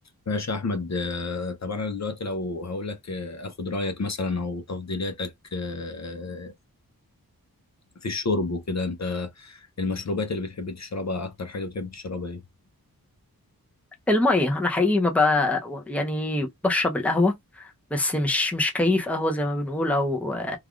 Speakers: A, on the left; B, in the centre.
A: ماشي يا احمد آه، طب انا دلوقتي لو هقول لك آه، اخد رايك مثلا او تفضيلاتك آه، في الشرب وكده انت المشروبات اللي بتحب تشربها اكتر حاجه بتحب تشربها ايه
B: المية أنا حقيقي ما بقى يعني بشرب القهوة بس مش مش كيف قهوة زي ما بنقول أو